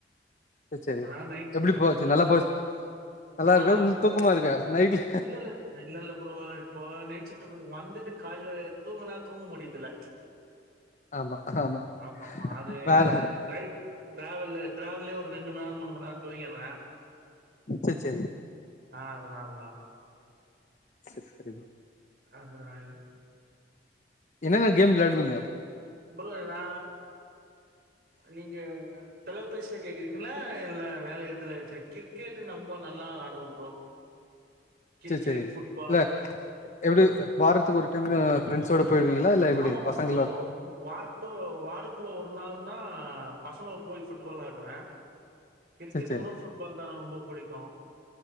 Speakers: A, on the left (about 40°); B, on the right (about 60°).
A: சேர் சேரி
B: இப்ப தா நைட் ஷிஃப்ட்டு
A: எப்டி
B: முடிச்சிட்டு
A: போச்சு
B: வந்த
A: நல்லா போச் நல்லா
B: ஆ
A: இருக்கா
B: ஆ ஆ
A: ம்
B: சூப்பர்
A: தூக்கமா இருக்கா நைட்ல
B: இல்ல இல்ல இல்ல இல்ல ப்ரோ இப்போ நைட் ஷிஃப்ட்டு வந்துட்டு காலைல தூங்குனா தூங்க முடியுரதில்ல
A: ஆமா ஆமா
B: ஆமாமா அது
A: வேற
B: டிரைவ் டிராவல்ல டிராவல்லயே ஒரு ரெண்டுமண்நேரோ மூணுமண்நேரோ தூங்கிற
A: சேர் சேரி
B: ஆ அதனால தா
A: செர் செரிங்க
B: ஆஹ
A: என்ன என்ன கேம் விளையாடுவீங்க
B: ப்ரோ நா நீங்க தொலைபேசில கேக்குறீங்களா இல்ல வேற எதுல கேக்குறீங்க கிரிக்கெட் நம்ப நல்லா ஆடுவோ ப்ரோ கிரிக்கெட்
A: சேர் சேரி
B: ஃபுட்பால்
A: இல்ல எப்டி வாரத்துக்கு ஒரு டைம் ஃப்ரெண்ட்ஸோட போயிடுவீங்களா இல்ல எப்டி
B: ஆமாமா
A: பசங்களா
B: ப்ரோ வாரத்து வாரத்துல ஒரு நாள் னா பசங்கள் போய் ஃபுட்பால் வெளாடுவ கிரிக்கெட்
A: சேர் சேரி
B: ஓட ஃபுட்பால் தா ரொம்ப புடிக்கு